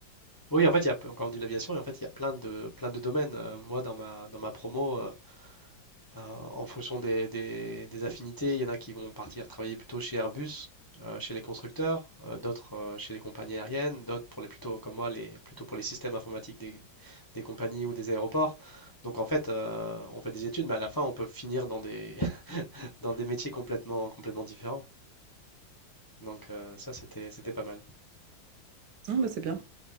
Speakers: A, on the left (about 20°); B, on the right (about 70°).
A: Oui, en fait, il y a, quand on dit l'aviation, en fait, il y a plein de, plein de domaines. Euh, moi, dans ma, dans ma promo, euh, Euh, en fonction des, des- des affinités, il y en a qui vont partir travailler plutôt chez Airbus, euh, chez les constructeurs, euh, d'autres euh, chez les compagnies aériennes, d'autres pour les plutôt comme moi, les plutôt pour les systèmes informatiques des, des compagnies ou des aéroports. Donc en fait, euh, on fait des études, mais à la fin, on peut finir dans des <laughs> dans des métiers complètement complètement différents. Donc euh, ça, c'était c'était pas mal.
B: Non, bah, c'est bien.